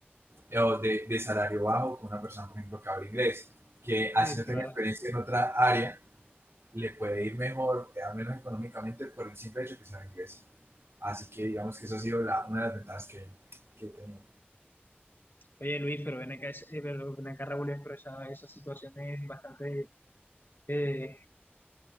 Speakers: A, on the right; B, on the left.
A: eh, o de, de salario bajo con una persona, por ejemplo, que habla inglés, que así
B: sí, sí,
A: no
B: claro.
A: tenga experiencia en otra área, le puede ir mejor, eh, al menos económicamente, por el simple hecho que sabe inglés. Así que digamos que eso ha sido la, una de las ventajas que, que he tenido.
B: Oye, Luis, pero ven acá, es- eh, pero ven acá, Raúl, pero esa, esa situación es bastante eh,